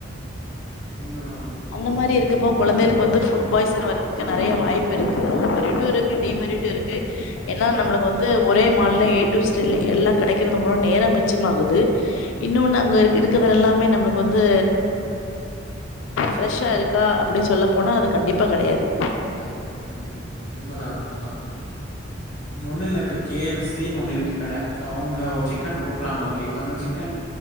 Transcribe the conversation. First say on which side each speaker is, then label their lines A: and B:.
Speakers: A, on the left (about 40°); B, on the left (about 85°).
A: உண்மதா
B: அந்த மாரி இருக்கப்போ கொழந்தைளுக்கு வந்து ஃபுட் பாய்சன் வர்றதுக்கு நெறய வாய்ப்பு இருக்கு மெரிட்டு இருக்கு டீமெரிட்டு இருக்கு ஏன்னா நம்மளுக் கு வந்து ஒரே மால்ல ஏ டு ஸ்டில் எல்லா கெடைக்கிறது மூலோ நேரம் மிச்சமாகுது
A: ம்.
B: இன்னொன்னு அங்க இருக்கு இருக்கிறதெல்லாமே நம்மளுக்கு வந்து ஃப்ரெஷ்ஷா இருக்கா அப்டின் சொல்ல போனா அது கண்டிப்பா கெடையாது
A: கெடையாது ம் உண்மதா உண்மதா ஒண்ணு இல்ல இப்ப கே எஃப் சின்னு ஒண்ணு இருக்கு கட சோ அவுங் க ஒரு சிக்கன் குடுக்குறாங்க ஓகே அந்த சிக்கன்